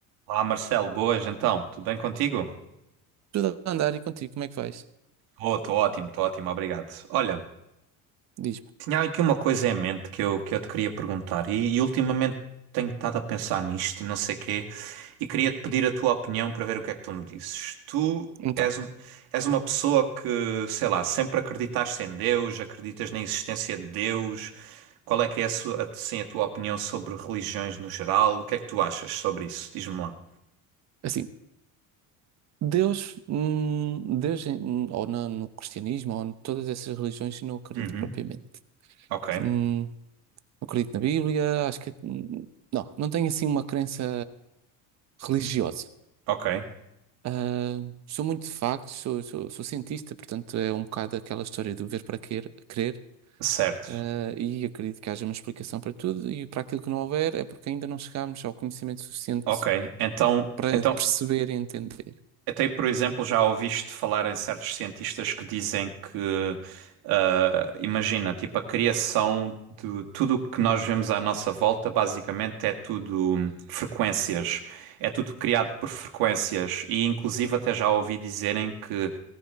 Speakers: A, on the right; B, on the right.
A: Olá, Marcelo, boas então, tudo bem contigo?
B: Tudo a andar e contigo, como é que vais?
A: Oh, estou ótimo, estou ótimo, obrigado. Olha,
B: Diz-me.
A: tinha aqui uma coisa em mente que eu, que eu te queria perguntar e, e ultimamente tenho estado a pensar nisto e não sei quê e queria-te pedir a tua opinião para ver o que é que tu me dizes. Tu
B: Então,
A: és, um- és uma pessoa que, sei lá, sempre acreditaste em Deus, acreditas na existência de Deus. Qual é que é a sua, assim, a tua opinião sobre religiões no geral? O que é que tu achas sobre isso? Diz-me lá.
B: assim, Deus, hum, Deus, em- hum, ou na- no, cristianismo, ou em todas essas religiões, eu não acredito
A: Uhum.
B: propriamente.
A: Ok,
B: Hum, não acredito na Bíblia, acho que. hum, Não, não tenho assim uma crença religiosa.
A: ok,
B: Ah, sou muito de factos, sou, sou, sou cientista, portanto é um bocado aquela história do ver para quer- crer,
A: certo.
B: ah, e acredito que haja uma explicação para tudo, e para aquilo que não houver é porque ainda não chegámos ao conhecimento suficiente
A: Ok, então,
B: para
A: então
B: perceber e entender.
A: até por exemplo já ouviste falar em certos cientistas que dizem que ah, imagina, tipo a criação de tudo o que nós vemos à nossa volta basicamente é tudo frequências, é tudo criado por frequências e inclusive até já ouvi dizerem que